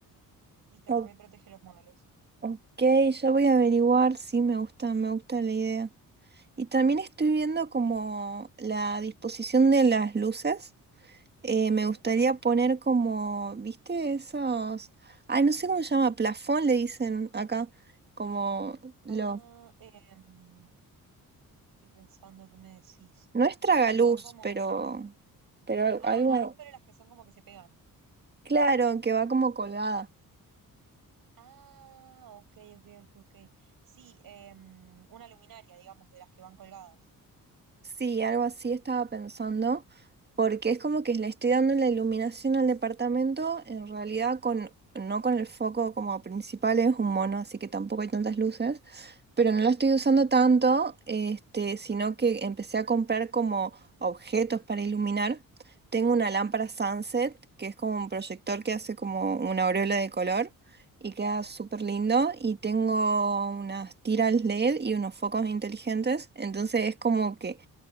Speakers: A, on the right; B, on the right.
A: y te
B: O-
A: reprotege los muebles.
B: ok, ya voy a averiguar, sí, me gusta, me gusta la idea. Y también estoy viendo
A: Porque,
B: como la disposición de las luces. Eh, me
A: Ujú.
B: gustaría poner como, ¿viste? Esos, ay, no sé cómo se llama, plafón le dicen acá, como lo,
A: Ah, em, estoy pensando qué me decís.
B: no es tragaluz,
A: Los que son como,
B: pero, pero al-
A: ah,
B: algo.
A: otra luz, pero las que son como que se pegan.
B: Claro, que va como colgada.
A: Ah, ok, ok, ok, ok. Sí, em, una luminaria, digamos, de las que van colgadas.
B: Sí, algo así estaba pensando, porque es como que le estoy dando la iluminación al departamento, en realidad con, no con el foco como principal, es un mono, así que tampoco hay tantas luces. pero no lo
A: Ujú,
B: estoy usando tanto, este, sino que empecé a comprar como objetos para iluminar. Tengo una lámpara sunset, que es como un proyector que hace como una aureola de color y queda
A: ujú.
B: súper lindo. Y tengo unas tiras LED y unos focos inteligentes. Entonces es como que